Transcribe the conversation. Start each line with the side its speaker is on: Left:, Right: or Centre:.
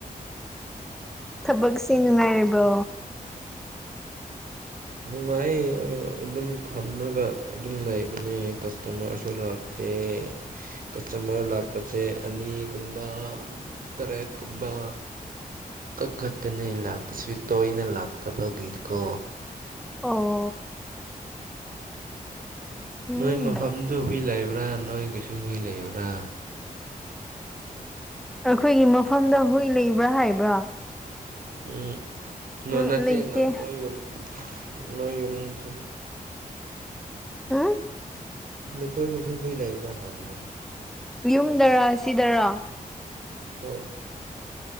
Centre: ꯊꯕꯛꯁꯤ ꯅꯨꯡꯉꯥꯏꯔꯤꯕꯣ
Right: ꯅꯨꯡꯉꯥꯏ ꯑꯗꯨꯝ ꯐꯝꯔꯒ ꯑꯗꯨꯝ ꯂꯩꯕꯅꯦ ꯀꯁꯇꯃꯔꯁꯨ ꯂꯥꯛ ꯇꯦ ꯀꯁꯇꯃꯔ ꯂꯥꯛꯄꯁꯦ ꯑꯅꯤꯒꯨꯝꯕ ꯇꯔꯦꯠ ꯀꯨꯝꯕ ꯀꯛꯈꯠꯇꯅ ꯂꯥꯛꯄꯁꯤ ꯇꯣꯏꯅ ꯂꯥꯛꯇꯕꯒꯤꯀꯣ
Centre: ꯑꯣ ꯎꯝ
Right: ꯅꯣꯏ ꯃꯐꯝꯗꯨ ꯍꯨꯏ ꯂꯩꯕ꯭ꯔꯥ ꯅꯣꯏꯒꯤꯁꯨ ꯍꯨꯏ ꯂꯩꯕ꯭ꯔꯥ
Centre: ꯑꯩꯈꯣꯏꯒꯤ ꯃꯐꯝꯗ ꯍꯨꯏ ꯂꯩꯕ꯭ꯔꯥ ꯍꯥꯏꯕ꯭ꯔꯥ
Right: ꯎꯝ ꯅꯣꯏ
Centre: ꯎꯝ
Right: ꯅꯠꯇꯦ
Centre: ꯂꯩꯇꯦ
Right: ꯅꯣꯏ ꯅꯣꯏ ꯌꯨꯝ ꯅꯣꯏ ꯌꯨꯝꯁꯤ
Centre: ꯎꯝ
Right: ꯅꯈꯣꯏꯕꯨꯁꯨ ꯍꯨꯏ ꯂꯩꯕ꯭ꯔꯥ ꯍꯥꯏꯕꯅꯦ
Centre: ꯌꯨꯝꯗꯔꯥ ꯁꯤꯗꯔꯥ
Right: ꯍꯣꯏ